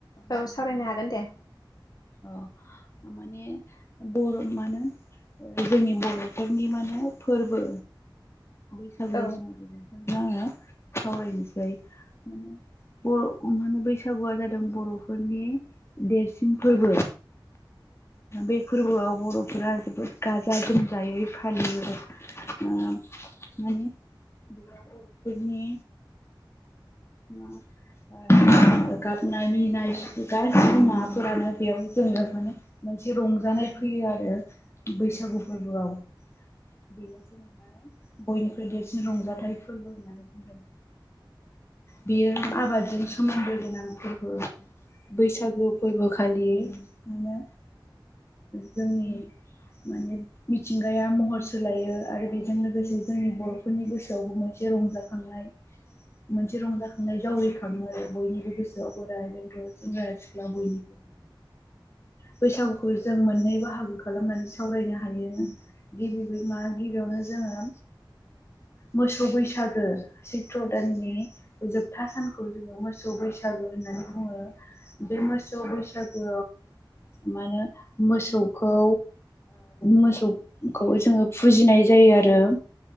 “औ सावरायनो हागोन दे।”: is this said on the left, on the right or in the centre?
Left